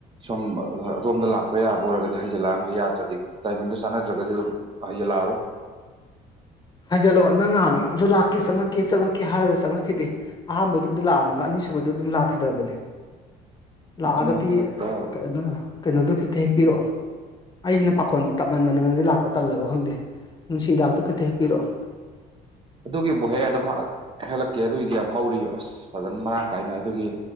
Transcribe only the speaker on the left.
ꯍꯥꯏꯖꯜꯂꯛꯑꯣ ꯅꯪ ꯉꯥꯍꯥꯟ ꯅꯣꯡꯃ ꯑꯝꯖꯨ ꯂꯥꯛꯀꯦ ꯆꯪꯉꯛꯀꯦ ꯆꯪꯉꯛꯀꯦ ꯍꯥꯏꯔꯒ ꯆꯪꯉꯛꯈꯤꯗꯦ꯫ ꯑꯍꯥꯟꯕꯩꯗꯨꯕꯨꯗꯤ ꯂꯥꯛꯑꯝꯃꯒ ꯑꯅꯤꯁꯨꯕꯩꯗꯣ ꯑꯗꯨꯝ ꯂꯥꯛꯈꯤꯗ꯭ꯔꯕꯅꯤ꯫ ꯂꯥꯛꯑꯒꯗꯤ
ꯀꯩꯅꯣ ꯀꯩꯅꯣꯗꯨ ꯈꯤꯇ ꯍꯦꯛꯄꯤꯔꯛꯑꯣ꯫ ꯑꯩꯖꯤꯅ ꯄꯥꯈꯣꯟ ꯇꯞꯃꯟꯗꯅ ꯅꯪꯖꯦ ꯂꯥꯛꯄ ꯇꯜꯂꯕ ꯈꯪꯗꯦ ꯅꯨꯡꯁꯤꯗꯥꯛꯇꯣ ꯈꯤꯇ ꯍꯦꯛꯄꯤꯔꯛꯑꯣ꯫